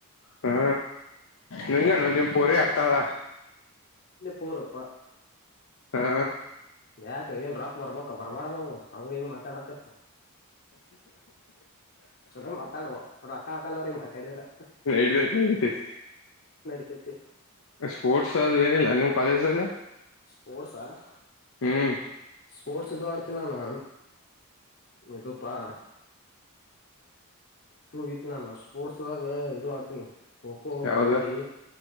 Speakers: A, on the left (about 65°); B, on the left (about 50°).
A: ಹಾ ನಿಂಗೇನು ನಿಮ ಪೊರಿ ಆ. ತ್ತಲ.
B: ಎಲ್ಲಿ ಪರಪ್ಪ.
A: ಹಾ.
B: ಯಾಕ ಏನ್ ರಾಕ್ ಬರ್ಬಕ್ ಬರ್ಬಾಡ ಅವು ಹಂಗ ಹಿಂಗ್ ಮಾತಾಡಕತಿ. ಚಲೋ ಮಾತಾಡುವ ರೊಕ್ಕ ಹಾಕಲ್ಲ ಅವ್ರಿಗೆ ಮಾತಾಡಿದ್ರ
A: <inaudible> ನಡಿತೈತಿ ನಡಿತೈತಿ.
B: <inaudible>
A: ಸ್ಪೋರ್ಟ್ಸ್ ಅ ಏನಿಲ್ಲ ನಿಮ್ ಕಾಲೇಜ್ದಾಗ.
B: ಸ್ಪೋರ್ಟ್ಸಾ ಆ.
A: ಹ್ಮ್
B: ಸ್ಪೋರ್ಟ್ಸ್ ಇದು ಆಡ್ತೀನಾನು. ಇದುಪ್ಪಾ. ಹೂಗಿತ್ ನಾನು ಸ್ಪೋರ್ಟ್ಸದಾಗ ಇದು ಆಡ್ತೀನಿ. ಖೋಖೋ
A: ಯಾವ್ದ
B: ಕಬಡ್ಡಿ.